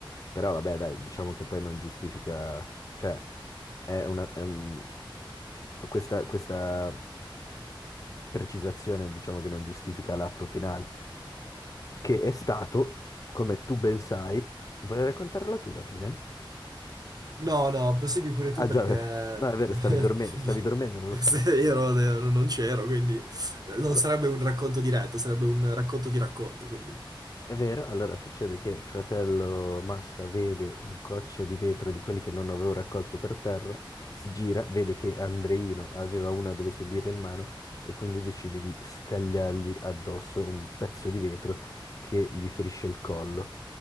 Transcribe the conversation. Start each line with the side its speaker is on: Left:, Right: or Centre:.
Left: Però vabbè, dai, diciamo che poi non giustifica... cioè... È una, è un- questa, questa precisazione, diciamo che non giustifica l'atto finale, che è stato, come tu ben sai, vuoi raccontarla tu la fine?
Right: No, no, prosegui pure tu
Left: Ah
Right: perché
Left: già, no, è vero, stavi
Right: eh,
Left: dormendo,
Right: ti
Left: stavi
Right: di-
Left: dormendo, non
Right: <laughs>
Left: lo sai.
Right: Se Io ero- ero- non c'ero, quindi eh, non
Left: Allora,
Right: sarebbe un racconto diretto, sarebbe un racconto di racconto, quindi
Left: È vero, allora succede che fratello Massa vede un coccio di vetro di quelli che non avevo raccolto per terra, si gira, vede che Andreino aveva una delle sue birre in mano e quindi decide di scagliargli addosso un pezzo di vetro che gli ferisce il collo.